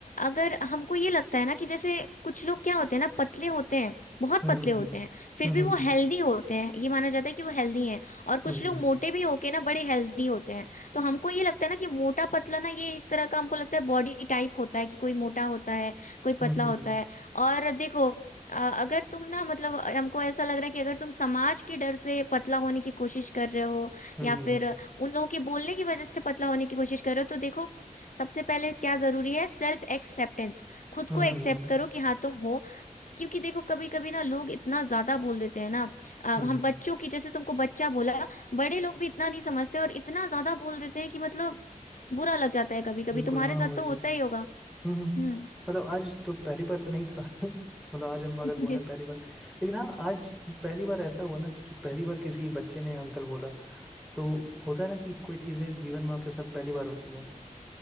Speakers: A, on the left; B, in the centre.
A: अगर हमको ये लगता है ना कि जैसे कुछ लोग क्या होते हैं ना पतले होते हैं बहुत
B: हम्म
A: पतले
B: हम्म
A: होते हैं फिर भी
B: हम्म
A: वो हेल्दी होते हैं ये माना जाता है कि वो हेल्दी हैं और
B: हम्म
A: कुछ लोग मोटे भी होके ना बड़े हेल्दी होते हैं तो हमको ये लगता है ना कि मोटा पतला ना ये एक तरह का हमको लगता है बॉडी टाइप होता है कि कोई मोटा होता है कोई
B: हम्म
A: पतला
B: हम्म
A: होता है और देखो अ, अगर तुम ना मतलब हमको ऐसा लग रहा है कि अगर तुम समाज के डर से पतला होने की कोशिश कर रहे हो
B: हम्म
A: या
B: हम्म
A: फिर उन लोगों के बोलने की वजह से पतला होने की कोशिश करो तो देखो सबसे पहले क्या जरूरी है Self acceptance खुद
B: हम्म
A: को
B: हम्म,
A: एक्सेप्ट
B: हम्म, हम्म, हम्म, हम्म, हम्म, हम्म,
A: करो कि हाँ तुम हो क्योंकि देखो कभी कभी ना लोग इतना ज्यादा बोल देते हैं ना अ,
B: हम्म,
A: हम बच्चों की जैसे तुमको बच्चा बोला बड़े लोग भी इतना नहीं समझते और इतना ज्यादा बोल देते हैं कि मतलब बुरा लग जाता है कभी कभी
B: बिल्कुल
A: तुम्हारे
B: हाँ
A: साथ
B: वही
A: तो
B: चीज
A: होता ही होगा
B: हम्म हम्म,
A: हम्म
B: मतलब आज तो पहली बार तो नहीं था <laughs> मतलब आज हम अगर
A: <laughs>
B: बोले पहली बार लेकिन हाँ आज पहली बार ऐसा हुआ ना कि पहली बार किसी बच्चे ने अंकल बोला तो होता है ना कि कोई चीजें जीवन में आपके साथ पहली बार होती हैं